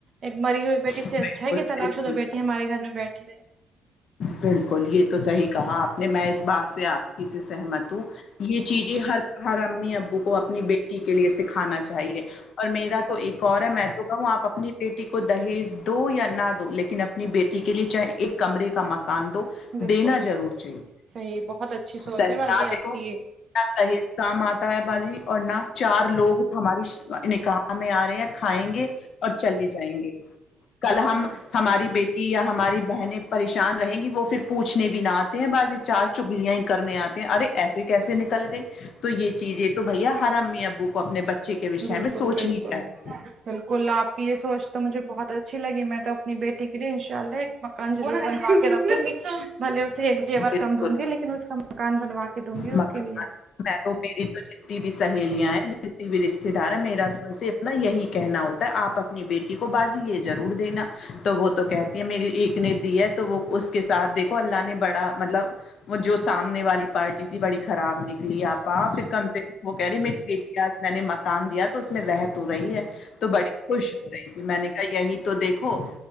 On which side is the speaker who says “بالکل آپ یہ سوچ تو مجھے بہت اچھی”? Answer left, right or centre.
Right